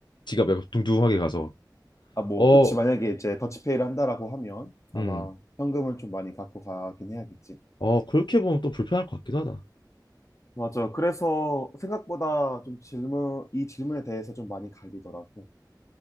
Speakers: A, on the left; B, on the left.
A: 지갑 약간 둥둥하게 가서.
B: 아, 뭐,
A: 어,
B: 그치, 만약에 이제 더치페이를 한다라고 하면 아마
A: 음.
B: 현금을 좀 많이 갖고 가긴 해야겠지.
A: 어, 그렇게 보면 또 불편할 것 같기도 하다.
B: 맞아. 그래서 생각보다 좀 질문, 이 질문에 대해서 좀 많이 갈리더라고.